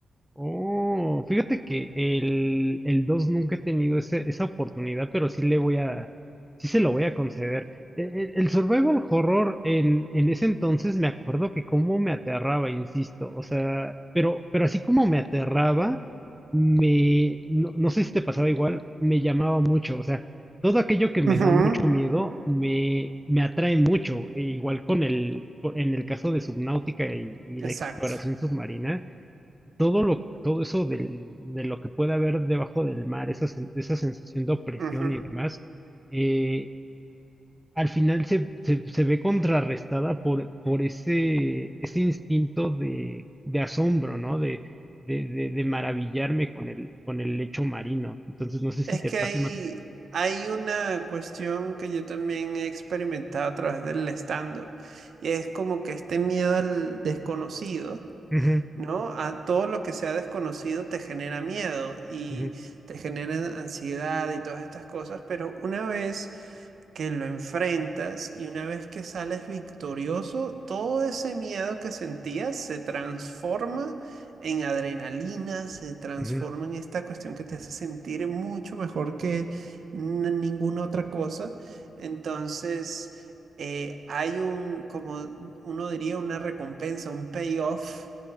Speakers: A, in the centre; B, on the right (about 65°).
A: Oh, fíjate que el, el 2 nunca he tenido ese- esa oportunidad, pero sí le voy a, sí se lo voy a conceder. E- e- El, survival horror en, en ese entonces me acuerdo que cómo me aterraba, insisto, o sea, pero, pero así como me aterraba, me, no, no sé si te pasaba igual, me llamaba mucho, o sea, todo aquello que me
B: Ujú,
A: da mucho miedo me, me atrae mucho, e igual con el, co- en el caso de Subnáutica y y
B: Exacto.
A: la exploración submarina. todo lo, todo eso del- de lo que puede haber debajo del mar, esa, sen- esa sensación de opresión
B: ujú.
A: y demás, eh, al final se, se- se ve contrarrestada por, por ese, ese instinto de, de asombro, ¿no? De, de, de- de maravillarme con el, con el lecho marino. Entonces, no sé si
B: Es
A: te
B: que
A: pasa.
B: hay,
A: Max.
B: hay una cuestión que yo también he experimentado a través del stand-up, y es como que este miedo al desconocido,
A: Ujú,
B: ¿no? A todo lo que sea desconocido te genera miedo y
A: ujú,
B: te genera ansiedad y todas estas cosas, pero una vez que lo enfrentas y una vez que sales victorioso, todo ese miedo que sentías se transforma en adrenalina, se transforma
A: ujú,
B: en esta cuestión que te hace sentir mucho mejor que n- ninguna otra cosa. Entonces, eh, hay un, como uno diría, una recompensa, un payoff